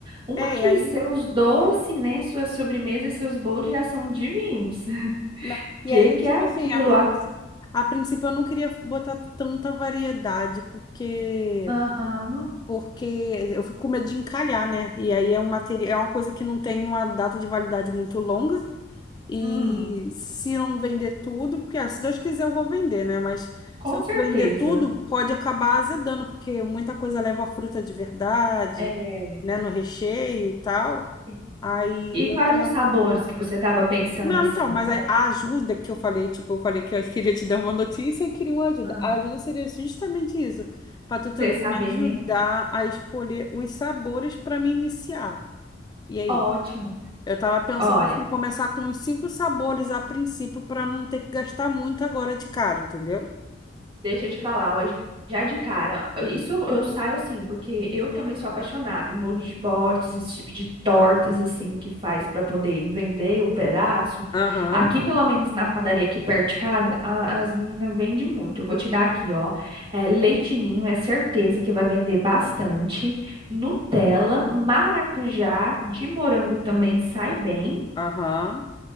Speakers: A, on the right; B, on the left.
A: Uma
B: É,
A: que
B: e aí,
A: seus doces, né? Suas sobremesas, seus bolos já são divinos. <laughs>
B: na- e
A: que
B: aí,
A: que
B: tipo
A: é aquilo?
B: assim, a, princ-
A: A-
B: a princípio eu não queria botar tanta variedade, porque
A: Aham,
B: porque eu fico com medo de encalhar, né? E aí é um material, é uma coisa que não tem uma data de validade muito longa. E
A: hum,
B: se eu não vender tudo, porque ah, se Deus quiser eu vou vender, né? Mas
A: com
B: se eu
A: certeza.
B: não vender tudo, pode acabar azedando, porque muita coisa leva a fruta de verdade,
A: É,
B: né? No recheio e tal.
A: sim.
B: Aí
A: E quais
B: eu tô.
A: os sabores que você estava pensando
B: Não,
A: assim,
B: então, mas
A: Fábio?
B: a a ajuda que eu falei, tipo, eu falei que eu <laughs> queria te dar uma notícia e queria uma ajuda.
A: Ah,
B: A ajuda seria justamente isso, para tu tentar
A: Você saber,
B: me ajudar
A: né?
B: a escolher os sabores para me iniciar. E aí?
A: ótimo.
B: Eu tava pensando
A: Olha,
B: em começar com uns cinco sabores a princípio para não ter que gastar muito agora de cara, entendeu?
A: Deixa eu te falar, ó, já de cara, isso eu eu saio assim, porque eu também sou apaixonada em bolos de potes, esse tipo de tortas assim que faz para poder vender o pedaço.
B: Aham,
A: Aqui, pelo menos na padaria aqui perto de casa, a- as meninas vendem muito. Eu vou te dar aqui, ó. É, leitinho é certeza que vai vender bastante. Nutella, maracujá, de morango também sai bem.
B: aham.